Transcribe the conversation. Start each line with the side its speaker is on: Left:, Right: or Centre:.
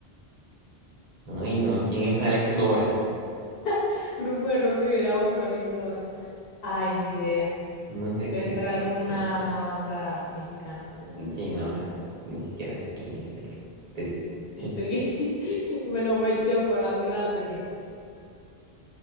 Right: Ay, no. ¿Quién es Alex Lora?
Left: <laughs> Grupo de rock liderado por Alex Lora. Ay, ni idea.
Right: No sé
Left: Debe
Right: quién
Left: ser
Right: es
Left: alguna
Right: Alex Lora.
Left: una banda mexicana, entonces.
Right: Sí, no, jamás. Ni siquiera sé quién es el tri.
Left: El
Right: <laughs>
Left: Tri. <laughs> Bueno, voy yo por Ándula 300.